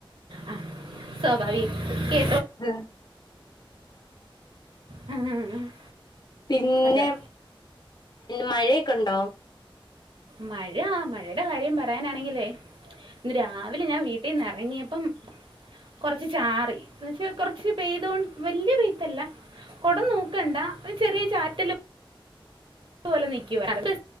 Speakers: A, on the right; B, on the left.
A: ആ സ്വഭാവിക കേ
B: ആ
A: ഉം
B: പിന്നെ
A: അതാ
B: മഴയൊക്കെ ഉണ്ടോ
A: മഴ ആ മഴയുടെ കാര്യം പറയാനാണെങ്കിലേ ഇന്ന് രാവിലെ ഞാൻ വീട്ടിൽന്ന് ഇറങ്ങിയപ്പം കൊറച്ച് ചാറി എന്ന വെച്ചാ കൊറച്ച് പെയ്തൊണ്ട് വലിയ പെയ്ത്തല്ല കൊടം നോക്കണ്ട ചെറിയ ചാറ്റിലും പലെ നിക്കുവായിരുന്ന